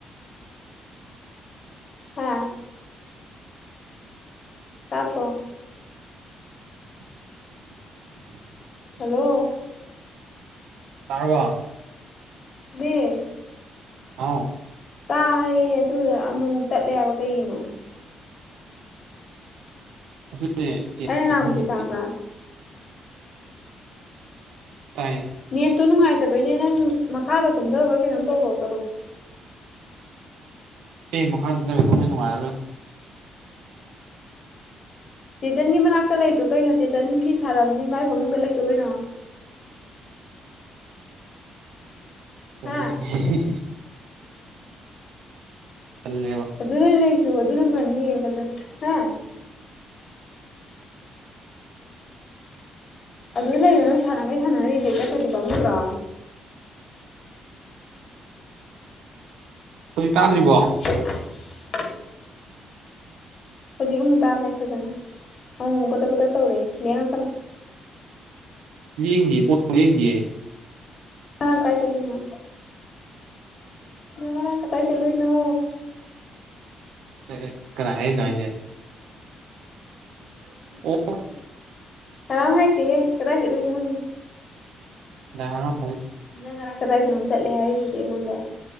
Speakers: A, on the left (about 55°); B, on the right (about 85°).
A: ꯑꯥ ꯇꯥꯗ꯭ꯔꯣ ꯍꯜꯂꯣ
B: ꯇꯥꯔꯕꯣ
A: ꯃꯤꯁ
B: ꯑꯥꯎ
A: ꯇꯥꯢꯌꯦ ꯑꯗꯨꯗ ꯑꯃꯨꯛꯃꯨꯛ ꯇꯠꯂꯦ ꯍꯥꯏꯕ ꯀꯩꯒꯤꯅꯣ
B: ꯑꯗꯨꯅꯦ
A: ꯑꯩꯅ ꯉꯥꯡꯕꯗꯤ
B: ꯈꯪꯗꯦ
A: ꯇꯥꯕ꯭ꯔꯥ
B: ꯇꯥꯏ
A: ꯅꯦꯠꯇꯣ ꯅꯨꯡꯉꯥꯏꯇꯕꯩꯅꯦ ꯅꯪ ꯃꯈꯥꯗ ꯀꯨꯝꯗꯕ꯭ꯔꯥ ꯀꯩꯅꯣꯝ ꯇꯧꯔꯣ ꯆꯠꯂꯣ
B: ꯑꯦ ꯃꯈꯥꯗ ꯀꯨꯝꯗꯔꯒꯅ ꯑꯃꯨꯛ ꯍꯦꯟꯅ ꯅꯨꯡꯉꯥꯏꯔꯔꯣꯏ
A: ꯆꯦꯆꯟꯒꯤ ꯃꯅꯥꯛꯇ ꯂꯩꯆꯣ ꯀꯩꯅꯣ ꯆꯦꯆꯟ ꯐꯤ ꯁꯥꯔꯝꯅꯤ ꯃꯥꯏ ꯐꯃꯨꯡꯗ ꯂꯩꯆꯣ ꯀꯩꯅꯣ
B: ꯇꯜꯂꯤ
A: ꯍꯥ
B: <unintelligible> ꯇꯜꯂꯦꯕ
A: ꯑꯗꯨꯗ ꯂꯩꯆꯨꯑꯣ ꯑꯗꯨꯅ ꯐꯅꯤꯌꯦ ꯐꯖꯅ ꯑꯗꯨꯗ ꯂꯩꯌꯣ ꯅꯪ ꯁꯥꯟꯅꯒꯩ ꯁꯥꯟꯅꯔꯒ ꯔꯤꯖꯦꯛ ꯆꯠꯈ꯭ꯔꯗꯤ ꯄꯥꯝꯃꯨꯗ꯭ꯔꯣ
B: ꯍꯧꯖꯤꯛ ꯇꯥꯗ꯭ꯔꯤꯕꯣ
A: <inaudible> ꯍꯧꯖꯤꯛ ꯑꯃꯨꯛ ꯇꯥꯔꯦ ꯐꯖꯅ ꯑꯃꯨꯛ ꯑꯃꯨꯛ ꯕꯗꯠ ꯕꯗꯠ ꯇꯧꯔꯛꯑꯦ ꯂꯦꯡꯉꯛꯀꯅꯨ
B: ꯂꯦꯡꯗꯤꯌꯦ <unintelligible> ꯂꯦꯡꯗꯤꯌꯦ
A: ꯉꯔꯥꯡ ꯀꯥꯏ ꯆꯠꯂꯨꯏꯅꯣ ꯅꯪ ꯉꯔꯥꯡ ꯀꯗꯥꯏ ꯆꯠꯂꯨꯢꯅꯣ
B: ꯑꯦ ꯑꯦ ꯀꯅꯥ ꯍꯥꯏꯔꯛꯢꯅꯣ ꯍꯥꯢꯖꯦ <unintelligible>
A: ꯀꯅꯥꯝ ꯍꯥꯏꯔꯛꯇꯦꯍꯦ ꯀꯗꯥꯏ ꯆꯠꯂꯨꯢꯅꯣ ꯍꯪꯉꯤ
B: ꯂꯥꯏ ꯍꯔꯥꯎ
A: ꯅꯪ ꯉꯔꯥꯡ ꯀꯗꯥꯏꯗꯅꯣꯝ ꯆꯠꯂꯦ ꯍꯥꯏꯔꯏꯖꯤꯗꯤ ꯑꯩꯉꯣꯟꯗ